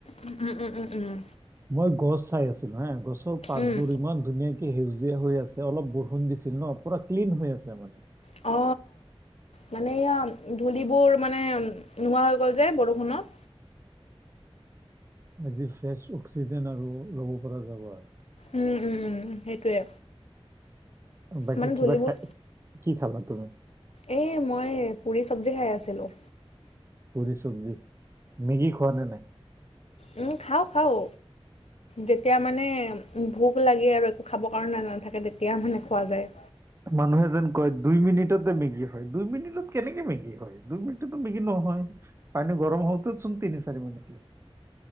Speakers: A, on the left (about 80°); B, on the right (about 25°).
A: উম উম উম উম
B: মই গছ চাই আছিলো হে গছৰ পাত
A: উম
B: বোৰ ইমান ধুনীয়াক সেউজীয়া হৈ আছে অলপ বৰষুণ দিছিল ন পুৰা ক্লিন হৈ আছে মানে।
A: অ। মানে এইয়া ধূলিবোৰ মানে নোহোৱা হৈ গ'ল যে বৰষুণত।
B: আজি ফ্ৰেছ অক্সিজেন আৰু ল'ব পৰা যাব আৰ।
A: উম উম উম সেইটোৱে।
B: বাকী
A: মানে
B: কিবা
A: ধূলিবোৰ
B: খাই কি খালা তুমি?
A: এই মই পুৰি চবজি খাই আছিলো।
B: পুৰি চব্জি, মেগি খোৱা নে নাই?
A: উম খাওঁ খাওঁ। যেতিয়া মানে ভোক লাগে আৰু একো খাবৰ কাৰণে নাথাকে তেতিয়া মানে খোৱা যায়।
B: মানুহে যেন কয় দুই মিনিটতে মেগী হয় দুই মিনিটত কেনেকে মেগী হয়। দুই মিনিটতো মেগি নহয়, পানী গৰম হওঁতেচোন তিনি চাৰি মিনিট লাগে।